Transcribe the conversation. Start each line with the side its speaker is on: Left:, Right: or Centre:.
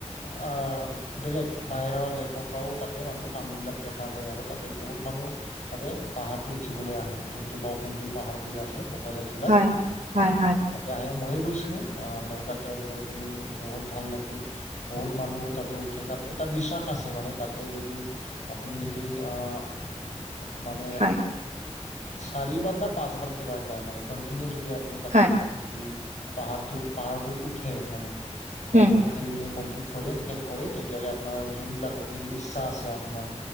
Left: আ' বেলেগ বাহিৰৰ দেশৰ পৰাও তাতে মানুহ, মানুহবিলাক দেখা যায় আৰু তাতে বহুত মানুহ তাতে পাহাৰটো উঠিবলৈ আহে যোনটো বাওসুংগী পাহাৰ বুলি আছে কোকৰাঝাৰ জিলাত
Right: হয় হয়
Left: অ'
Right: হয়
Left: তাতে আহে, ময়ো গৈছিলোঁ অ' মই তাতে গৈ কিনি বহুত ভাল লাগিল বহুত মানুহ তাতে উঠে তাত এটা বিশ্বাস আছে মানে, তাতে যদি আপুনি যদি আ' মানে,
Right: হয় হয়
Left: চাৰিবাৰ নে পাঁছবাৰ কিবা এটা মানে কণ্টিনিও যদি আপুনি তাতে
Right: হয়
Left: যদি পাহাৰটো, পাহাৰটোত উঠে মানে বা
Right: উম
Left: উঠে মানে কমপ্লিট কৰে শেক কৰে তে তেতিয়াহ'লে আপোনাৰ যোনবিলাক আপুনি ইচ্ছা আছে আপোনাৰ